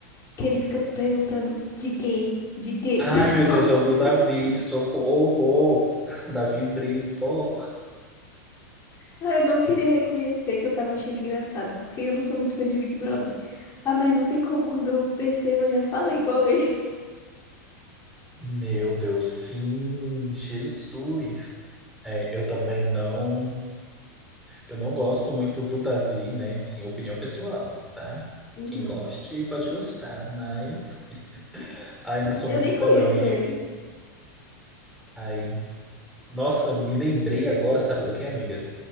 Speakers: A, on the left (about 30°); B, in the centre.
A: que ele fica perguntando de gay, de gay.
B: Ai,
A: <laughs>
B: meu
A: Nossa,
B: Deus, é o do Davi, socorro! <laughs> Davi Brito.
A: Ah, eu não queria reconhecer que eu tava achando engraçado, porque eu não sou muito fã de Big Brother. Ah, mas não tem como, quando eu percebo, eu já falei igual ele.
B: Meu Deus, sim, Jesus. É, eu também não, eu não gosto muito do Davi, né? Assim, opinião pessoal, tá?
A: Uhum.
B: Quem goste pode gostar, mas ai, não sou
A: Eu
B: muito
A: nem
B: fã
A: conheço
B: não. E
A: ele.
B: ai Nossa, me lembrei agora, sabe do que, amiga?